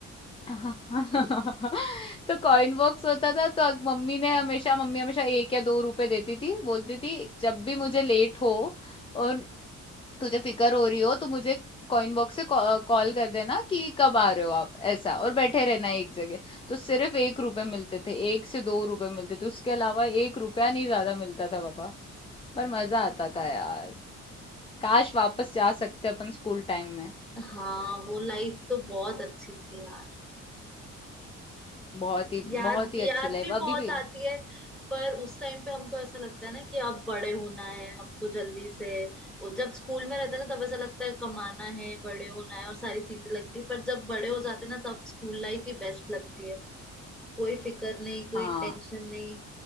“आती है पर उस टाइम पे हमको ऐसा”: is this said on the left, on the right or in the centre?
Centre